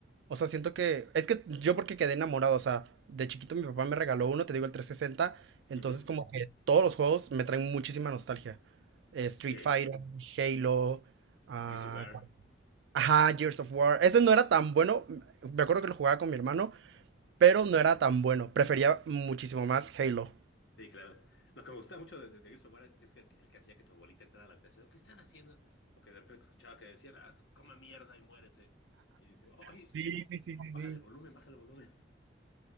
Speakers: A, on the right (about 70°); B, on the left (about 70°).
A: O sea, siento que. Es que yo porque quedé enamorado. O sea, de chiquito mi papá me regaló uno, te digo, el trescientos sesenta Entonces,
B: Ujú.
A: como que todos los juegos me traen muchísima nostalgia. Eh, Street
B: Sí,
A: Fighter, Halo. ah,
B: Gears of War.
A: ajá, Gears of War. Ese no era tan bueno. Me acuerdo que lo jugaba con mi hermano, pero no era tan bueno. Prefería muchísimo más Halo.
B: Sí, claro. Lo que me gustaba mucho de, de, de Gears of War es que el, el que hacía que tu abuelita entrara a la habitación, ¿qué están haciendo? Porque de repente escuchaba que decían, ah, come mierda y muérete. Y yo decía, ay,
A: Sí,
B: ay,
A: sí, sí, sí,
B: bájale
A: sí.
B: el volumen, bájale el volumen.